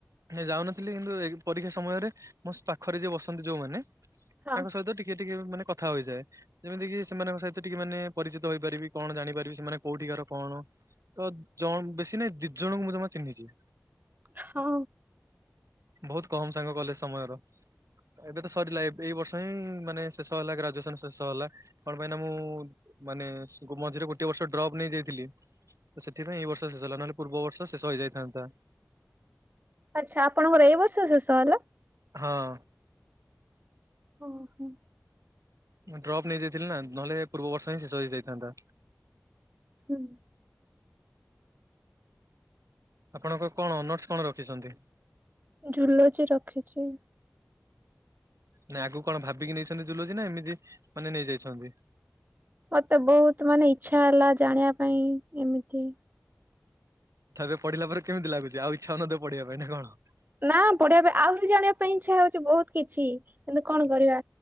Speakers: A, on the right; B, on the right.
A: ଯାଉନଥିଲି କିନ୍ତୁ ଏ ପରୀକ୍ଷା ସମୟରେ ମୋ ପାଖରେ ଯିଏ ବସନ୍ତି ଯୋଉମାନେ ତାଙ୍କ
B: ହଁ
A: ସହିତ ଟିକେ ଟିକେ ମାନେ କ କଥା ହୋଇଯାଏ, ଯେମିତି କିି ସେମାନଙ୍କ ସହିତ ଟିକେ ମାନେ ପରିଚିତ ହୋଇପାରିବି କଣ ଜାଣିପାରିବି ସେମାନେ କୋଉଠିିକାର କଣ ତ ଜଣ ବେଶୀ ନାଇଁ ଦି ଜଣଙ୍କୁ ମୁଁ ତମେ ଚିହ୍ନିଚି।
B: ହଁ।
A: ବୋହୁତ କମ ସାଙ୍ଗ କଲେଜ ସମୟର। ଏବେ ତ ସରିଲା ଏ ଏଇ ବର୍ଷ ହିଁ ମାନେ ଶେଷ ହେଲା ଗ୍ରାଜୁଏସନ ଶେଷ ହେଲା, କଣ ପାଇଁ ନା ମୁଁ ମାନେ ମଝିରେ ଗୋଟେ ବର୍ଷ ଡ୍ରପ୍ ନେଇଯାଇଥିଲି। ତ ସେଥିପାଇଁ ଏଇ ବର୍ଷ ଶେଷ ହେଲା, ନହେଲେ ପୂର୍ବ ବର୍ଷ ଶେଷ ହେଇଯାଇଥାନ୍ତା।
B: ଆଚ୍ଛା ଆପଣଙ୍କର ଏଇ ବର୍ଷ ଶେଷ ହେଲା।
A: ହଁ।
B: ଓହୋ।
A: ଡପ୍ ନେଇଯାଇଥିଲେ ନା ନହେଲେ ପୂର୍ବ ବର୍ଷ ହିଁ ଶେଷ ହେଇଯାଇଥାନ୍ତା।
B: ହୁଁ।
A: ଆପଣଙ୍କ କଣ ଅନର୍ସ କଣ ରଖିଛନ୍ତି?
B: ଜୁଲୋଜି ରଖିଛି।
A: ନାଇଁ ଆଗକୁ କଣ ଭାବିକି ନେଇଛନ୍ତି ଜୁଲୋଜି ନା, ଏମିତି ମାନେ ନେଇଯାଇଛନ୍ତି।
B: ମତେ ବହୁତ ମାନେ ଇଛା ହେଲା ଜାଣିବା ପାଇଁ ଏମିତି
A: ତ ଏବେ ପଢିଲା ପରେ କେମିତି ଲାଗୁଛି? ଆଉ ଇଚ୍ଛା ହଉନଥିବ ପଢିବା ପାଇଁ ନା କଣ?
B: ନା ପଢିବା ପାଇଁ ଆହୁରି ଜାଣିବା ପାଇଁ ଇଚ୍ଛା ହଉଛି ବହୁତ କିଛି କିନ୍ତୁ କଣ କରିବା